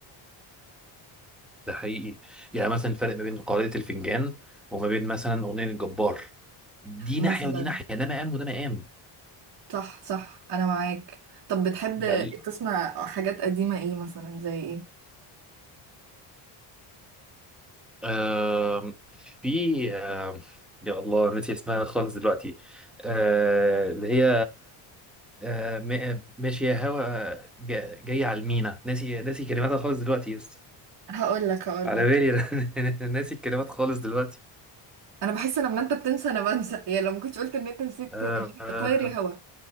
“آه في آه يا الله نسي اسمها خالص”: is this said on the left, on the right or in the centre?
Centre